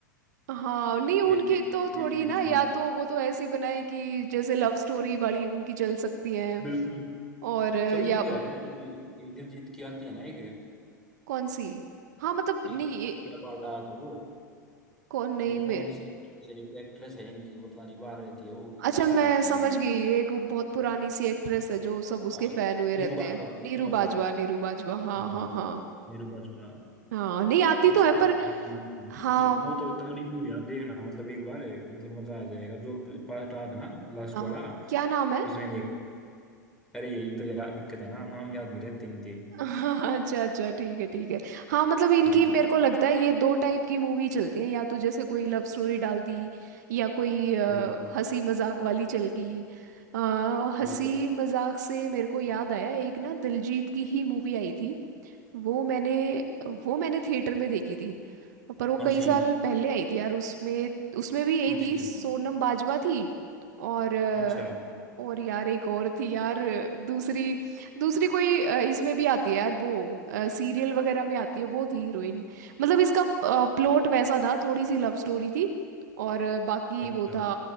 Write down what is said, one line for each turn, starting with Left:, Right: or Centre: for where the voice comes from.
Right: हाँ नहीं उनकी
Centre: दिलजीत
Right: तो थोड़ी
Centre: दिलजीत
Right: ना या
Centre: की
Right: तो वो तो ऐसी बनाए कि जैसे लव स्टोरी वाली उनकी चल सकती हैं
Centre: बिल्कुल
Right: और या
Centre: चलती तो है ये ये दिलजीत की आती है ना एक
Right: कौन सी हाँ मतलब
Centre: एक-
Right: नहीं
Centre: अब
Right: ये-
Centre: तो क्या पार्ट आया था वो
Right: कौन नहीं
Centre: वो
Right: मेरे
Centre: कौन सी एक्ट्रेस है एक एक्ट्रेस है इनकी वो तो पता नहीं बाहर रहती है वो विदेश
Right: अच्छा मैं
Centre: में रहती
Right: समझ
Centre: है
Right: गई एक वो बहुत पुरानी सी एक्ट्रेस है जो सब उसके
Centre: आ,
Right: फैन हुए रहते
Centre: नीरू बाजवा
Right: हैं
Centre: नीरू
Right: नीरू
Centre: बाजवा
Right: बाजवा नीरू बाजवा हाँ
Centre: हाँ
Right: हाँ हाँ
Centre: नीरू बाजवा
Right: हाँ नहीं आती तो
Centre: उसके
Right: है पर
Centre: साथ में
Right: हाँ
Centre: उसकी वो तो तगड़ी मूवी आप देखना मतलब एक बार है मतलब मजा आ जाएगा जो पार्ट आया था ना लास्ट
Right: हाँ
Centre: वाला
Right: क्या नाम है
Centre: उसमें देख अरे यही तो यार दिक्कत है ना नाम याद नहीं रहते इनके
Right: <laughs> अच्छा अच्छा ठीक है ठीक है हाँ मतलब इनकी
Centre: हाँ
Right: मेरे को लगता है ये दो टाइप की मूवी चलती है या तो जैसे कोई लव स्टोरी डाल दी या कोई अ,
Centre: बिल्कुल
Right: हंसी मजाक वाली चल गई अ, हंसी
Centre: बिल्कुल
Right: मजाक से मेरे को याद आया एक ना दिलजीत की ही मूवी आई थी वो मैंने वो मैंने थिएटर में देखी थी पर वो
Centre: मुंशी
Right: कई साल पहले आई थी यार उसमें उसमें भी यही
Centre: मुंशी
Right: थी सोनम बाजवा थी और अ,
Centre: अच्छा
Right: और यार एक और थी यार दूसरी दूसरी कोई अ, इसमें भी आती है यार वो सीरियल वगैरह में आती है वो थी हीरोइन मतलब इसका प्लॉट वैसा था थोड़ी सी लव स्टोरी थी और अ, बाकी
Centre: अच्छा
Right: वो था